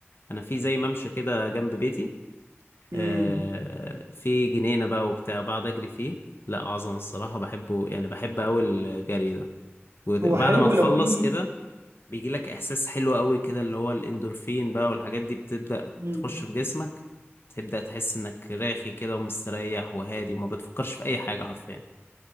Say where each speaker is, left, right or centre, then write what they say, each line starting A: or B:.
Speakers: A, on the left; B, on the right.
A: انا في زي ممشى كده جنب بيتي
B: امم
A: آه في جنينه بقى وبتاع بقعد اجري فيه لا عظمه الصراحه بحبه يعني بحب قوي الجري ده وبعد
B: هو حلو
A: ما تخلص
B: لو في
A: كده بيجي لك احساس حلو قوي كده اللي هو الاندورفين بقى والحاجات دي بتبدأ
B: امم
A: تخش في جسمك تبدأ تحس انك راخي كده ومستريح وهادي وما بتفكرش في اي حاجة حرفيا